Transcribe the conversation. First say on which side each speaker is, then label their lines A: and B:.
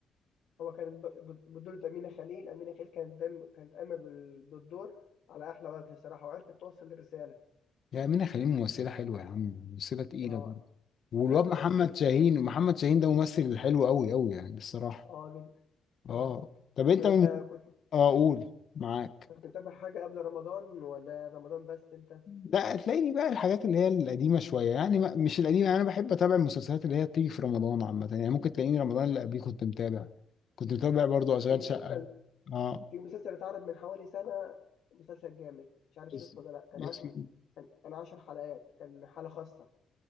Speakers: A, on the left; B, on the left.
A: هو كانت ب- ب- بطولة أمينة خليل أمينة خليل كانت دايما كانت قايمة بال- بالدور على أحلى وجه صراحة وعرفت توصل الرسالة
B: يا منى خليل ممثلة حلوة يا عم ممثلة تقيلة
A: اه
B: برضو والواد
A: عرفت
B: محمد
A: توصل الرسالة
B: شاهين محمد شاهين ده ممثل حلو قوي قوي يعني الصراحة
A: اه جدا اه
B: اه طب انت
A: طب
B: من...
A: أنت كنت
B: اه قول معاك
A: كنت متابع حاجة قبل رمضان ولا رمضان بس أنت
B: لا تلاقيني بقى الحاجات اللي هي القديمة شوية يعني ما- مش القديمة يعني أنا بحب أتابع المسلسلات اللي هي بتيجي في رمضان عامة يعني ممكن تلاقيني رمضان اللي قبليه كنت متابع كنت متابع برضو أشغال
A: في مسلسل
B: شقة اه
A: في مسلسل اتعرض من حوالي سنة مسلسل جامد مش عارف
B: يس...
A: شفته ولا لأ كان
B: يس...
A: عشرة كان كان عشر حلقات كان حالة خاصة